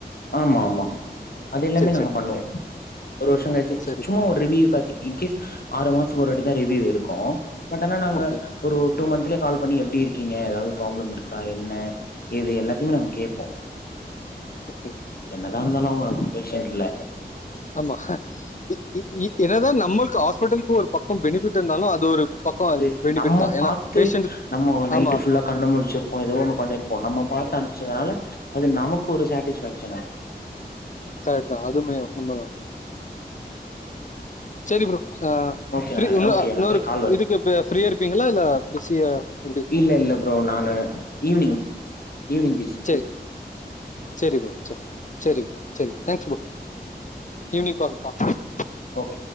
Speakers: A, on the left; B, on the left.
A: ஆமா ஆமா அது எல்லாமே
B: சரி
A: நாங்க
B: சரி
A: பண்ணுவோ ஒரு வருஷம் கழிச்சி
B: சரி
A: சும்மா ஒரு ரிவ்யூ காச்சி இன்கேஸ் ஆறு மாசுக்கு ஒருவாட்டி தா ரிவ்யூ இருக்கு பட் ஆனா நாங்க
B: ஓகே
A: ஒரு டூ மந்த்லயே கால் பண்ணி எப்டி இருக்கீங்க ஏதாது ப்ராப்ளம் இருக்கா என்ன இது எல்லாத்தையுமே நாங்க கேட்போ
B: ஓகே
A: எத இருந்தாலும் அவுங்க நமக்கு பேஷண்ட்ல
B: ஆமா இ இ ஈ என்னதா நம்மளுக்கு ஹாஸ்பிடலுக்கு ஒரு பக்கோ பெனிஃபிட் இருந்தாலு அது ஒரு பக்கம்
A: அது
B: பெனிஃபிட்
A: நம்ம
B: தான்
A: பாத்து
B: ஏன்னா பேஷண்ட்
A: நம்ம நைட்டு
B: ஆமா
A: ஃபுல்லா கண்ண முழிச்சிருப்போ ஏதோ ஒன்னு பண்ணிருப்போ நம்ம பாத்து அனுச்சதுனால அது நமக்கு ஒரு சாட்டிஸ்ஃபேக்ஷன் அது
B: கரெக்ட் தா அதுமே உண்மதா சேரி ப்ரோ ஆ
A: ஓகே
B: ஃப்ரீ இன்னொ
A: ஓகே எனக்கு
B: இன்னொரு
A: ஒரு கால் வருது
B: இதுக்கு ஃப்ரீயா இருப்பீங்களா இல்ல பிஸியா எப்டி
A: இல்ல இல்ல ப்ரோ நானு ஈவ்னிங் ஈவ்னிங் பிசி
B: சேரி சேரி ப்ரோ சேரி சேரி ப்ரோ சேரி தேங்க்ஸ் ப்ரோ ஈவ்னிங் பா பாக்
A: ஓகே